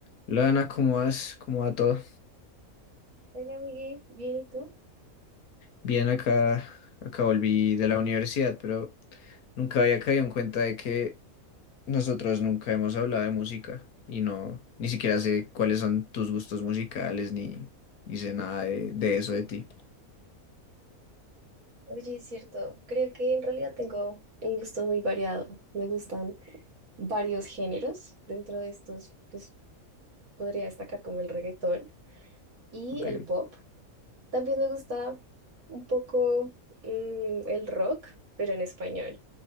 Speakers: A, on the left (about 85°); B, on the right (about 75°).
A: Lana, ¿cómo vas? ¿Cómo va todo?
B: Hola, Miguel. Bien, ¿y tú?
A: Bien, acá, acá volví de la universidad, pero nunca había caído en cuenta de que nosotros nunca hemos hablado de música y no, ni siquiera sé cuáles son tus gustos musicales ni, ni sé nada de, de eso de ti.
B: Oye, es cierto. Creo que en realidad tengo un gusto muy variado. Me gustan varios géneros. Dentro de estos, pues podría destacar como el reggaetón y
A: Ok.
B: el pop. También me gusta un poco mm, el rock, pero en español.